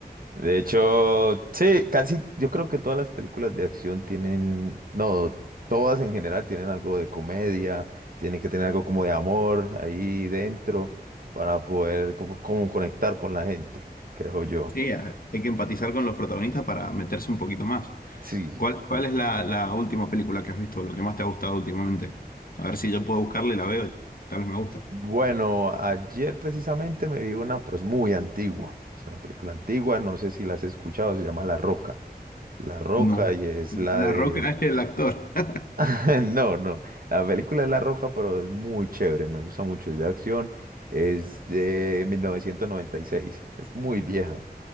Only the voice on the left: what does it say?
Sí, a- hay que empatizar con los protagonistas para meterse un poquito más.
¿Cuál, cuál
es la, la última película que has visto, lo que más te ha gustado últimamente? A ver si yo puedo buscarla y la veo, y tal vez me gusta.
No.
La
Roca <laughs> es el actor. <laughs>